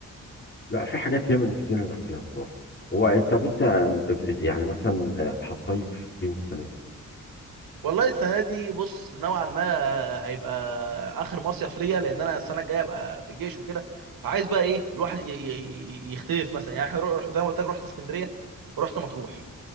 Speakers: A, on the left (about 35°); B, on the right (about 80°).
A: لا، في حاجات ياما نفسنا نعملها بصراحة هو انت طب انت يعني مثلا هتصيف فين السنة دي مثلا؟
B: والله السنه دي بص نوعا ما هيبقى اخر مصيف ليا لان انا السنه الجايه ابقى في الجيش وكده فعايز بقى ايه الواحد ي- ي- ي- يختلف مثلا يعني احنا رو- زي ما قلت لك رحت اسكندريه ورحت مطروح